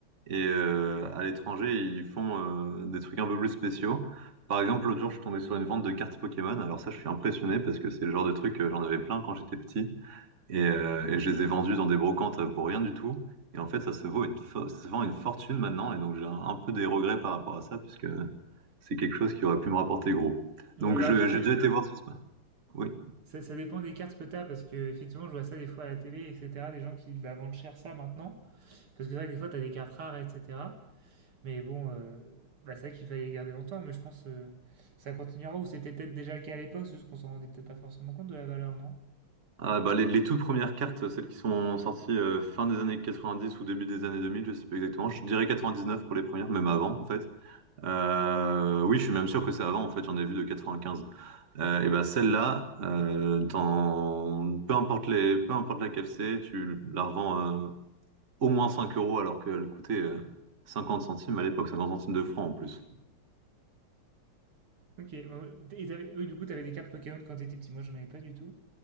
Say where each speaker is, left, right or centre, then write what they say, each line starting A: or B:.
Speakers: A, on the right; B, on the right.
A: Et euh, à l'étranger, ils font euh, des trucs un peu plus spéciaux. Par exemple, l'autre jour, je suis tombé sur une vente de cartes Pokémon. Alors ça, je suis impressionné parce que c'est le genre de truc que j'en avais plein quand j'étais petit. Et, euh, et je les ai vendus dans des brocantes pour rien du tout. Et en fait, ça se vaut une, fo- ça se vend une fortune maintenant. Et donc, j'ai un, un peu des regrets par rapport à ça, puisque c'est quelque chose qui aurait pu me rapporter gros.
B: Ouais,
A: Donc
B: bah
A: je-
B: après,
A: j'ai
B: ça,
A: déjà été voir ce Oui.
B: ça- ça dépend des cartes que t'as, parce que effectivement, je vois ça des fois à la télé, etc. Des gens qui bah, vendent cher ça maintenant. Parce que c'est vrai que des fois, t'as des cartes rares, etc. Mais bon, euh, bah, c'est vrai qu'il fallait les garder longtemps, mais je pense que ça continuera ou c'était peut-être déjà le cas à l'époque, c'est juste qu'on s'en rendait peut-être pas forcément compte de la valeur, non?
A: Ah, bah, les, les toutes premières cartes, celles qui sont sorties euh, fin des années 90 ou début des années 2000, je sais pas exactement. Je dirais 99 pour les premières, même avant en fait. Euh, oui, je suis même sûr que c'est avant en fait. J'en ai vu de 95. Euh, et bah celle-là, euh, t'en- peu importe les, peu importe laquelle c'est, tu la revends euh, au moins 5 euros alors qu'elle coûtait euh, 50 centimes à l'époque, 50 centimes de francs en plus.
B: Ok, bon, et t'avais- oui, du coup, t'avais des cartes Pokémon quand t'étais petit. Moi, j'en avais pas du tout.